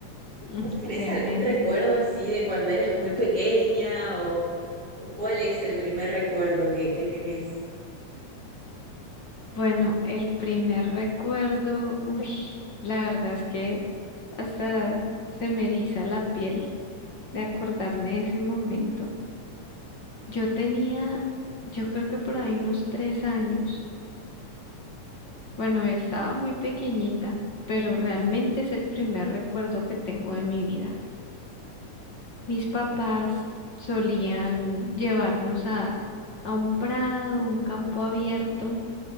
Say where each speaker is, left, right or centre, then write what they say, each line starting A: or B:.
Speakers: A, on the left; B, on the right.
A: mm,
B: ¿Vos tenés
A: tremendo.
B: algún recuerdo así de cuando eras muy pequeña o, o cuál es el primer recuerdo que, que tenés?
A: Bueno, el primer recuerdo, uy, la verdad es que hasta se me eriza la piel de acordarme de ese momento. Yo tenía, yo creo que por ahí unos tres años. Bueno, estaba muy pequeñita, pero realmente es el primer recuerdo que tengo de mi vida. Mis papás solían llevarnos a, a un prado, un campo abierto,